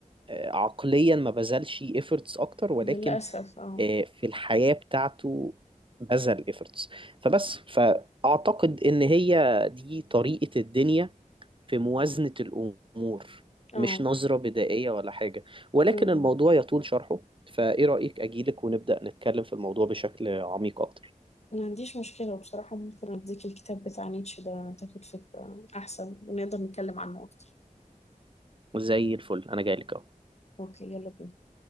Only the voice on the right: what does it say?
آه، عقليا ما بذلش efforts اكتر ولكن
آه، في الحياة بتاعته بذل efforts فبس فأعتقد إن هي دي طريقة الدنيا في موازنة الأمور
مش نظرة بدائية ولا حاجة ولكن
الموضوع يطول شرحه فإيه رأيك أجيلك ونبدأ نتكلم في الموضوع بشكل عميق أكتر
زي الفل أنا جايلك أهو